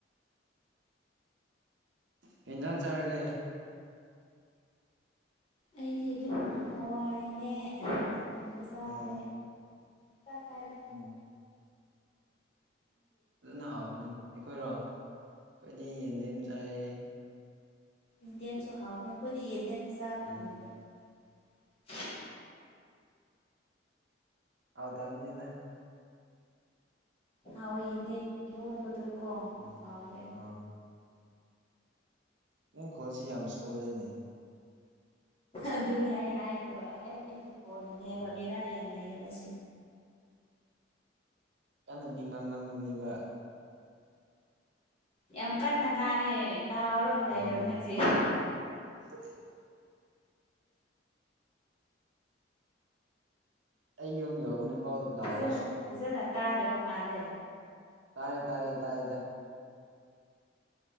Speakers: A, on the right; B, on the left.
A: ꯄꯤꯖꯥꯡ ꯆꯥꯔꯒ
B: ꯑꯩꯗꯤ ꯑꯗꯨꯝ ꯍꯋꯥꯏꯅꯦ ꯆꯤꯛꯀꯟꯁꯨ ꯆꯥꯔꯦ
A: ꯑꯣ
B: ꯆꯁꯥꯏꯗ
A: ꯑꯣ ꯑꯗꯨꯅ ꯍꯥꯎꯕꯅꯤꯅ ꯑꯩꯈꯣꯏꯔꯣ ꯑꯩꯈꯣꯏꯗꯤ ꯌꯦꯟꯗꯦꯝ ꯑꯃ ꯆꯥꯏ
B: ꯌꯦꯟꯗꯦꯝꯁꯨ ꯍꯥꯎꯅꯤ ꯑꯩꯈꯣꯏꯗꯤ ꯌꯦꯟꯗꯦꯝꯁꯨ ꯆꯥꯕ
A: ꯎꯝ
B: ꯐꯪꯗ꯭ꯔꯦꯕ
A: ꯑꯥꯎꯗꯅꯤꯅ
B: ꯍꯥꯎ ꯍꯏ ꯌꯦꯟꯗꯦꯝ ꯏꯔꯣꯟꯕꯗꯀꯣ
A: ꯎꯝ
B: ꯍꯥꯎꯣꯏ ꯑꯩ
A: ꯑꯥ ꯅꯪ ꯈꯣꯟꯁꯤ ꯌꯥꯝ ꯁꯣꯜꯂꯤꯦꯅꯦ
B: ꯑꯗꯨꯅꯦ ꯑꯩ ꯍꯥꯏꯗꯣ ꯑꯩ ꯑꯩ ꯑꯩꯒꯤ ꯀꯣꯟꯅꯅꯦꯕ
A: ꯎꯝ
B: ꯕꯦꯔꯥ ꯌꯥꯝꯅꯩꯌꯦꯕ ꯇꯁꯦ
A: ꯀꯩꯅꯣꯗꯤ ꯉꯥꯡꯂꯝꯒꯨꯅꯦꯕ
B: ꯌꯥꯝ ꯀꯟꯅ ꯉꯥꯡꯉꯦ ꯂꯥꯎꯔꯒ ꯂꯩꯔꯕꯅꯦ
A: ꯎꯝ
B: ꯍꯧꯖꯤꯛ
A: <unintelligible> ꯑ ꯌ ꯑꯃ ꯌꯥꯎ ꯅ ꯐꯥꯎ ꯏꯗ ꯂꯑꯣ
B: ꯐꯖꯅ ꯐꯖꯅ ꯇꯥꯗꯕ ꯃꯥꯜꯂꯦ
A: ꯇꯥꯔꯦ ꯇꯥꯔꯦ ꯇꯥꯥꯏꯗ